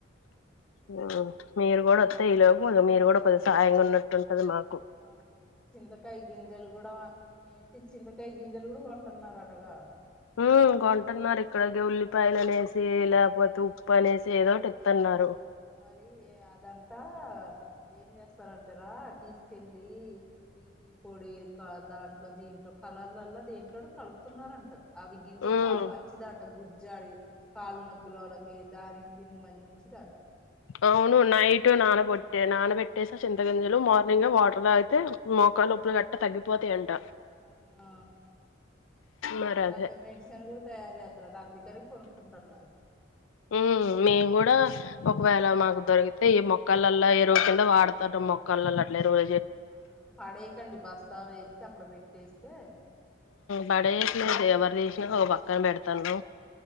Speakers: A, on the left (about 80°); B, in the centre.
A: ఉ మీరు కూడా వత్తే ఈ లోపు మీరు కూడా కొద్ది సాయంగా ఉన్నట్టుంటది మాకు
B: అవును చింతకాయ గింజలు కూడా ఏంటి చింతకాయ గింజెలుగుడా కొంటున్నారు అటగా
A: హ్మ్ కొంటున్నారు ఇక్కడికి ఉల్లిపాయలు అనేసి లేకపోతే ఉప్పు అనేసి ఏదోటి ఇత్తన్నారు
B: మరి అదంతా ఏం చేస్తారంటారా తీసుకెళ్ళి ఈటీ పొడి దాంట్లో దీంట్లో కలర్లల్ల దీంట్లో కలుపుతున్నారంట అవి గింజలు
A: ఉమ్
B: చాలా మంచిదట గుజ్జాల కాళ్ళు నొప్పుల వాళ్ళకి దానికి దీనికి మంచిదట
A: అవును నైట్ నానగొట్టే నానబెట్టేసా చింత గంజలు మార్నింగ్ వాటర్ తాగితే మోకాలనొప్పులు గట్ట తగ్గితాయంట
B: ఆ
A: మరి
B: దాంతో
A: అదే
B: మెడిసిన్ కూడా తయారు చే స్తరట అందుకని కొనుక్కుంటున్నారు
A: ఉ మేము కూడా ఒకవేళ మాకు దొరికితే ఈ మొక్కలలో ఎరువు కింద వాడతారు మొక్కలల్ల అట్ల ఎరువు
B: ఆ పడేకండి బస్తా వేస్తే అక్కడ పెట్టేస్తే
A: పడేట్లేదు ఎవరు తీసినా ఒక పక్కన పెడతుండ్రు